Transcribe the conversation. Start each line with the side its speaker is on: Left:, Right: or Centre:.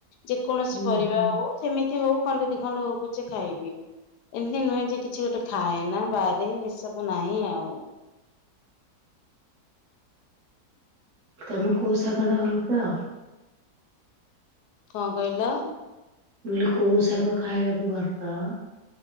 Left: ଯେ କୌଣସି
Right: ହୁଁ
Left: ପରିବା
Right: ହୁଁ
Left: ହୋଉ ଯେମିତି ହୋଉ ଖଣ୍ଡେ ଦି ଖଣ୍ଡ ହୋଉ ପଛେ ଖାଇବି ଏମିତି ନୁହେଁ ଯେ କିଛି ଗୋଟେ ଖାଏନା ବାରେ ଏସବୁ ନାହିଁ ଆଉ।
Right: ତମେ କୋଉ ଶାଗଟା ଭଲ ପାଅ?
Left: କଣ କହିଲ।?
Right: ମୁଁ କହିଲି କୋଉ ଶାଗ ଖାଇବାକୁ ଭଲ ପାଅ?